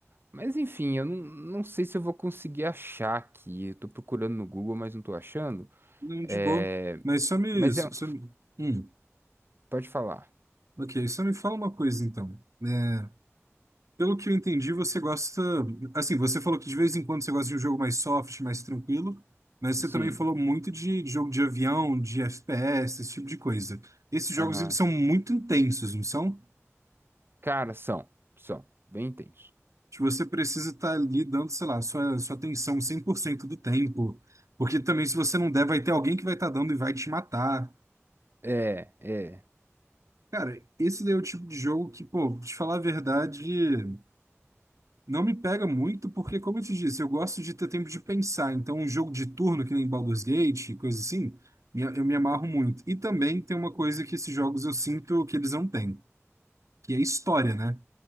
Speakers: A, on the right; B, on the right.
A: Mas enfim, eu não, não sei se eu vou conseguir achar aqui. Eu tô procurando no Google, mas não tô achando.
B: Não,
A: É,
B: de boa. Mas só me,
A: mas
B: só,
A: é. um,
B: só me... Hum,
A: Pode falar.
B: ok, só me fala uma coisa então. É, Pelo que eu entendi, você gosta. Assim, você falou que de vez em quando você gosta de um jogo mais soft, mais tranquilo, mas você
A: Sim.
B: também falou muito de, de jogo de avião, de FPS, esse tipo de coisa. Esses
A: Aham.
B: jogos, eles são muito intensos, não são?
A: Cara, são. São. Bem intenso.
B: Tipo, Você precisa estar ali dando, sei lá, sua, sua atenção 100% do tempo, porque também se você não der, vai ter alguém que vai estar dando e vai te matar.
A: É, é.
B: Cara, esse daí é o tipo de jogo que, pô, te falar a verdade. Não me pega muito, porque, como eu te disse, eu gosto de ter tempo de pensar. Então, um jogo de turno, que nem Baldur's Gate, coisa assim, me- eu me amarro muito. E também tem uma coisa que esses jogos eu sinto que eles não têm, que é história, né?